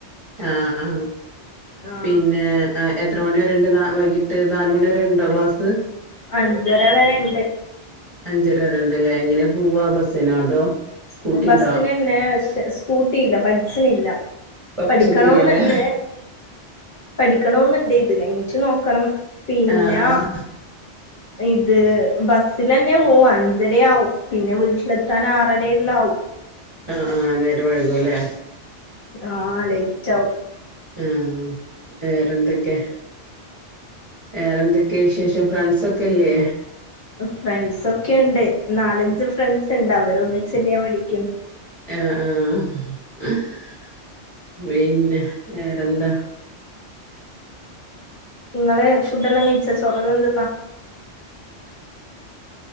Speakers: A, on the right; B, on the left.
A: ആ ആ
B: ആഹ്
A: പിന്നെ എത്ര മണി വരെണ്ട് വൈകിട്ട് ട്ട് നാലുമണി വരെ ഉണ്ടോ ക്ലാസ്
B: അഞ്ചര വരെണ്ട്
A: അഞ്ചരരണ്ടല്ലേ എങ്ങനെ പോവാ ബസ്സിനോ അതോ സ്കൂട്ടി
B: ബസ്സിന്
A: ഉണ്ടോ
B: തന്നെ സ്കൂട്ടി ഇല്ല പഠസിനില്ല
A: പഠിച്ചിട്ടില്ലല്ലെ
B: പഠിക്കണോന്ന്ണ്ട് പഠിക്കണോന്നുണ്ട് ഇത് കയിഞ്ഞിറ്റ് നോക്കണം പിന്ന
A: ആഹ് ആഹ്
B: ഇത് ബസ്സൽന്നെ പോവും അഞ്ചരയാവും പിന്നെ വീട്ടിലെത്താൻ ആറരല്ല ആകും
A: ആ ആഹ് നേര വൈകൂല്ലേ
B: ആ ലയിറ്റാവും
A: ആ വേറെന്തൊ ക്കെ വേറെന്തൊക്കെയ വിശേഷം ഫ്രണ്ട്സ ഒക്കെല്ലേേ
B: ഫ്രണ്ട്സൊക്കെ ഉണ്ട് നാലഞ്ച് ഫ്രണ്ട്സ്ണ്ട് അവര ഒന്നിച്ചെന്നെയാ പടിക്കു
A: ആ ആ <unintelligible> പിന്നെ വറെന്താ
B: നിങ്ങള് ഫുഡ് എല്ലാം കഴിച്ച തുൊടലെന്തെന്നാ